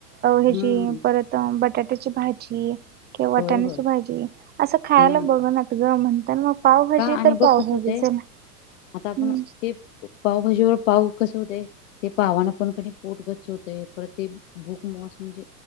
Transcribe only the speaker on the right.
हेची
परत बटाट्याची भाजी किंवा वाटाण्याची
भाजी असं खायला
बघनात ग म्हणताना मग पावभाजी
तर
पावभाजी
चला
हम्म